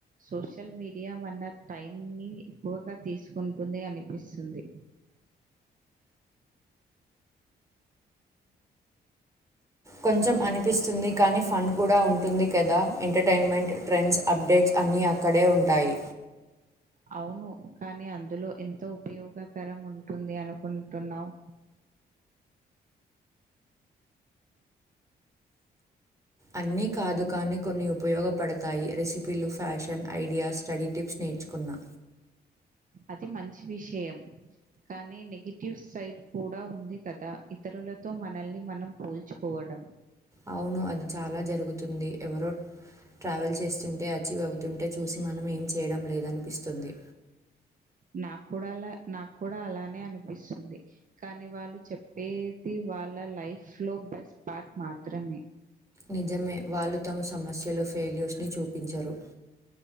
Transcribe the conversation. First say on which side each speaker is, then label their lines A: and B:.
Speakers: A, on the right; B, on the right.
A: సోషల్ మీడియా మన టైం ని ఎక్కువగా తీసుకుంటుంది దె అనిపిస్తుంది
B: కొంచెం అనిపిస్తుంది కానీ ఫన్ కూడా ఉంటుంది కదా ఎంటర్టైన్మెంట్ ట్రెండ్స్ అప్డేట్స్ అన్నీ అక్కడే ఉంటాయి
A: అవును కానీ అందులో ఎంత ఉపయోగకరం ఉంటుంది అనుకుంటున్నావు
B: అన్ని కాదు కానీ కొన్ని ఉపయోగపడతాయి రెసిపీలు ఫ్యాషన్ ఐడియాస్ స్టడీ టిప్స్ నే చ్చుకున్నా
A: అది మంచి విషయం కానీ నెగిటివ్ సైడ్ కూడా ఉంది కదా ఇతరులతో మనల్ని మనం పోల్చుకోవ వడం
B: అవును అది చాలా జరుగుతుంది ఎవరో ట్రావెల్ చేస్తుంటే అచీవ్ అవుతుంటే చూసి మనం ఏం చేయడం లేదనిపిస్తుంది
A: నాకూడా అలా నాకు కూడా అలానే అనిపిస్తుంది కానీ వాళ్ళు చెప్పేది వాళ్ళ లైఫ్ లో బెస్ట్ పార్ట్ మాత్రమే
B: నిజమే వాళ్ళు తమ సమస్యలు ఫెయిల్యూర్స్ ని చూపించరు